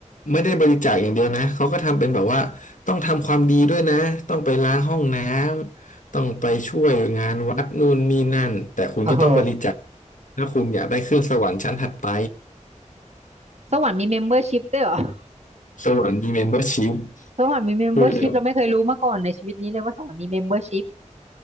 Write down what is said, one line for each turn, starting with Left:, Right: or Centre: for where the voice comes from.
Left: ไม่ได้บริจาคอย่างเดียวนะเขาก็ทำเป็นแบบว่าต้องทำความดีด้วยนะต้องไปล้างห้องน้ำต้องไปช่วยงานวัดนู่นนี่นั่นแต่คุณก็ต้องบริจาค
Right: โอ้โห
Left: ถ้าคุณอยากได้ขึ้นสวรรค์ชั้นถัดไป
Right: สวรรค์มีเมมเบอร์ชิพด้วยเหรอ <laughs>
Left: สวรรค์มีเมมเบอร์ชิพ
Right: สวรรค์มีเมมเบอร์ชิพเราไม่เคยรู้มาก่อนในชีวิตนี้เลยว่าสวรรค์มีเมมเบอร์ชิพ
Left: คือ